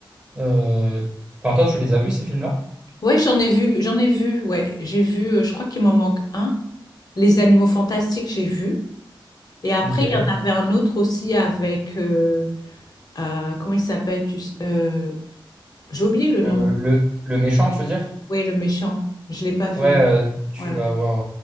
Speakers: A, on the right (about 20°); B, on the left (about 45°).
A: euh, enfin, toi, tu les as vus, ces films-là?
B: Ouais, j'en ai vu, j'en ai vu. Ouais, j'ai vu. euh, je crois qu'il m'en manque un. Les Animaux Fantastiques, j'ai vu. Et après,
A: Ok.
B: il y en avait un autre aussi avec euh, euh, comment il s'appelle? tu sais- euh, j'ai oublié le
A: Le,
B: nom.
A: le, le méchant, tu veux dire?
B: Oui, le méchant. Je l'ai pas vu.
A: Ouais, euh, tu
B: Voilà.
A: vas avoir.